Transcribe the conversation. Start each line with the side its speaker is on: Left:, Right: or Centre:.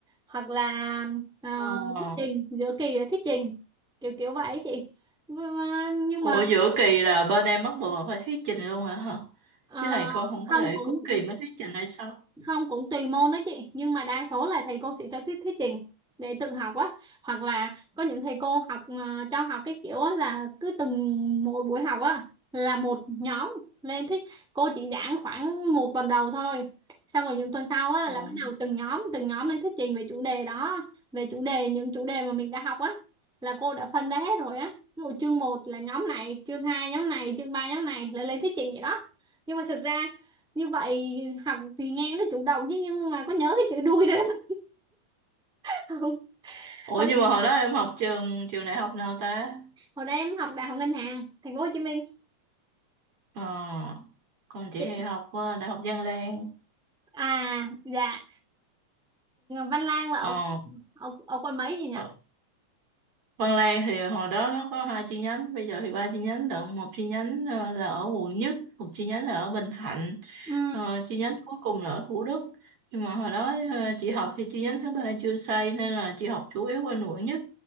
Centre: hoặc là Ờ,
Right: ờ.
Centre: thuyết trình giữa kỳ là thuyết trình kiểu kiểu vậy chị nhưng mà nhưng
Right: ủa
Centre: mà,
Right: giữa kỳ là bên em bắt buộc là phải thuyết trình luôn hả hả?
Centre: ờ,
Right: chứ thầy cô không
Centre: không
Right: có để
Centre: cũng
Right: cuối kỳ mới thuyết trình hay sao
Centre: không cũng tùy môn đó chị nhưng mà đa số là thầy cô sẽ cho thuyết thuyết trình để tự học á hoặc là có những thầy cô học ờ, cho học cái kiểu á là cứ từng mỗi buổi học á là một nhóm lên thuyết cô chỉ giảng khoảng một tuần đầu thôi xong rồi những tuần sau á
Right: ờ.
Centre: là bắt đầu từng nhóm từng nhóm lên thuyết trình về chủ đề đó về chủ đề những chủ đề mà mình đã học á là cô đã phân ra hết rồi á Ví dụ chương một là nhóm này chương 2 nhóm này chương 3 nhóm này là lên thuyết trình vậy đó nhưng mà thực ra như vậy học thì nghe nó chủ động chứ nhưng mà có nhớ cái chữ đuôi đó đó. <laughs> không
Right: ủa
Centre: không
Right: nhưng mà hồi đó em học trường trường đại học nào ta
Centre: hồi đây em học đại học ngân hàng thành phố Hồ Chí Minh
Right: Ờ, còn chị
Centre: Chị-
Right: thì học ờ, Đại học Văn Lang.
Centre: à dạ Văn Lang là ở
Right: Ờ,
Centre: ở, ở quận mấy gì nhỉ
Right: ờ, Văn Lang thì hồi đó nó có hai chi nhánh, bây giờ thì ba chi nhánh được. Một chi nhánh ờ, là ở quận nhất, một chi nhánh là ở Bình Thạnh.
Centre: ừ
Right: Ờ, chi nhánh cuối cùng là ở Thủ Đức nhưng mà hồi đó ờ, chị học thì chi nhánh thứ ba chưa xây nên là chị học chủ yếu ở quận nhất